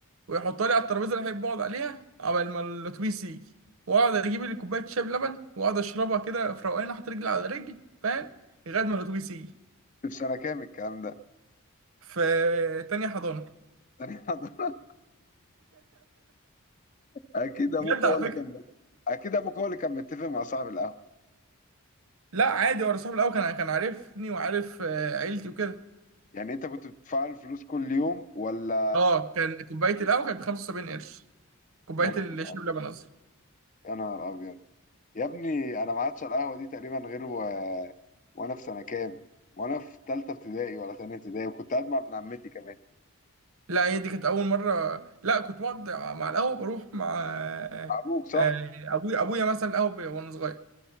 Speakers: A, on the right; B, on the left.
A: ويحطها لي على الترابيزه اللي احب اقعد عليها اول ما الاتوبيس يجي واقعد اجيب لي كوبايه شاي بلبن واقعد اشربها كده في روقان احط رجلي على رجلي فاهم لغايه ما الاتوبيس يجي
B: في سنه كام الكلام ده
A: في تانية حضانة
B: <laughs> اكيد ابوك
A: بجد
B: هو
A: على
B: اللي
A: فكرة
B: كان اكيد ابوك هو اللي كان متفق مع صاحب القهوه
A: لا عادي هو صاحبي الأول كان كان عارفني وعارف آه، عيلتي وكده
B: يعني انت كنت بتدفع له فلوس كل يوم ولا
A: اه كان كوباية القهوة كانت ب 75 قرش كوباية
B: يا نهار
A: الشاي
B: ابيض
A: بلبن قصدي
B: يا نهار ابيض يا ابني انا ما عادش على القهوه دي تقريبا غير و... وانا في سنه كام وانا في ثالثه ابتدائي ولا ثانيه ابتدائي وكنت قاعد مع ابن عمتي كمان
A: لا هي دي كانت أول مرة لا كنت بقعد مع القهوة بروح مع آه،
B: ابوك صح
A: آه، أبويا أبويا مثلا القهوة وأنا صغير